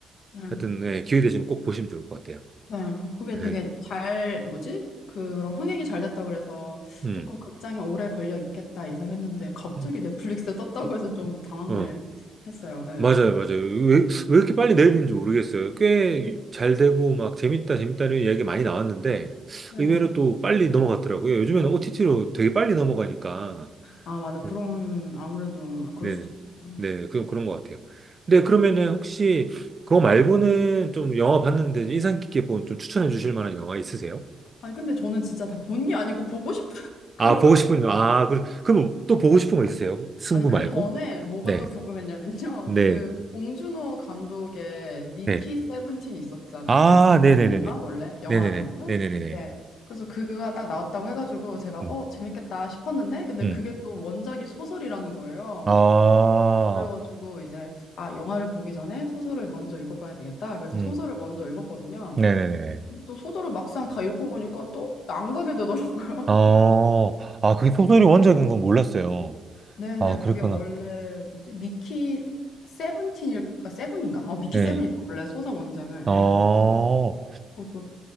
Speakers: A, on the left; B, on the right.
A: 네.
B: 하여튼 예, 기회 되시면 꼭 보시면 좋을 것 같아요.
A: 네, 그게
B: 네.
A: 되게 잘, 뭐지? 그런 흥행이 잘 됐다 그래서
B: 음.
A: 조금 극장에 오래 걸려 있겠다 예상했는데 갑자기
B: 음.
A: 넷플릭스에 떴다고
B: 어,
A: 해서 좀 당황을
B: 어.
A: 했어요. 예.
B: 맞아요, 맞아요. 왜, 왜 이렇게 빨리 내리는지 모르겠어요. 꽤 잘 되고, 막, 재밌다, 재밌다는 이야기 많이 나왔는데,
A: 네.
B: 의외로 또 빨리 넘어갔더라고요. 요즘에는 OTT로 되게 빨리 넘어가니까.
A: 아, 맞아.
B: 네,
A: 그런, 아무래도 그럴
B: 네,
A: 수도
B: 네.
A: 있겠네요.
B: 네, 그, 그런 것 같아요. 근데 그러면은 혹시 그거 말고는 좀 영화 봤는데 인상 깊게 본 좀 추천해 주실 만한 영화 있으세요?
A: 아니, 근데 저는 진짜 다 본 게 아니고 보고 싶은 <laughs> 거여가지고.
B: 아, 보고 싶은, 영화. 아, 그, 그럼 또 보고 싶은 거 있으세요? 승부
A: 아니, 그
B: 말고?
A: 전에 뭐가
B: 네,
A: 또 궁금했냐면요.
B: 네,
A: 그 봉준호 감독의 미키
B: 네.
A: 세븐틴이 있었잖아요.
B: 아,
A: 미키
B: 네네네네.
A: 세븐인가? 원래 영화
B: 네네네.
A: 제목은?
B: 네네네네.
A: 네. 그래서 그거가 딱 나왔다고 해가지고 제가
B: 음.
A: 어, 재밌겠다 싶었는데 근데
B: 음.
A: 그게 또 원작이 소설이라는 거예요.
B: 아,
A: 그래가지고 이제 아, 영화를 보기 전에 소설을 먼저 읽어봐야 되겠다. 그래서
B: 음.
A: 소설을 먼저 읽었거든요.
B: 네네네네.
A: 근데 또 소설을 막상 다 읽고 보니까 또 안 가게 되더라고요.
B: 어, 아, 그게 소설이 원작인 건 몰랐어요.
A: 네네,
B: 아, 그랬구나.
A: 그게 원래 뭐지? 미키 세븐틴일, 아, 세븐인가? 어, 미키
B: 네.
A: 세븐인가? 원래 소설 원작은.
B: 어,
A: 예. 그것도